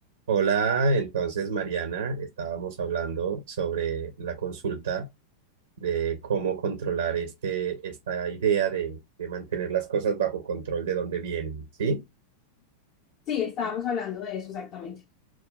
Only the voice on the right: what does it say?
Hola, entonces Mariana, estábamos hablando sobre la consulta de cómo controlar este, esta idea de, de mantener las cosas bajo control de dónde vienen, ¿sí?